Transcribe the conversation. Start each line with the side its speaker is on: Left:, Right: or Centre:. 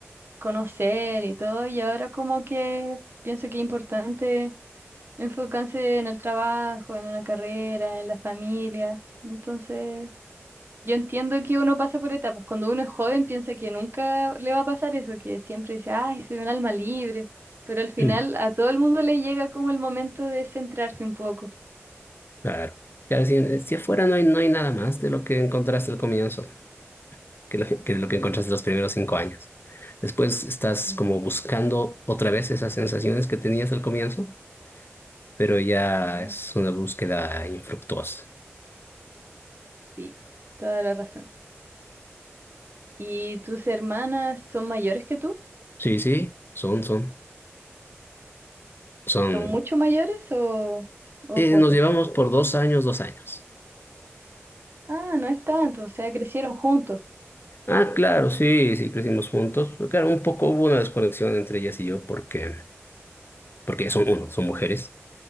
Right: conocer y todo, y ahora como que pienso que es importante enfocarse en el trabajo, en una carrera, en la familia. Entonces, yo entiendo que uno pasa por etapas. Cuando uno es joven piensa que nunca le va a pasar eso, que siempre dice, ay, soy un alma libre. Pero al final
Left: Mm,
Right: a todo el mundo le llega como el momento de centrarse un poco.
Left: Claro. Claro, si, si afuera no hay, no hay nada más de lo que encontraste al comienzo, que lo que, que lo que encontraste los primeros cinco años. Después estás
Right: Ujú,
Left: como buscando otra vez esas sensaciones que tenías al comienzo pero ya
Right: ujú.
Left: es una búsqueda infructuosa.
Right: Sí. Toda la razón. ¿Y tus hermanas son mayores que tú?
Left: Sí, sí, son, son, son.
Right: ¿Son mucho mayores o, o
Left: eh,
Right: poco?
Left: nos llevamos por dos años, dos años.
Right: Ah, no es tanto, o sea, crecieron juntos.
Left: Ah, claro, sí, sí, crecimos juntos. Pero claro, un poco hubo una desconexión entre ellas y yo porque, porque son uno, son mujeres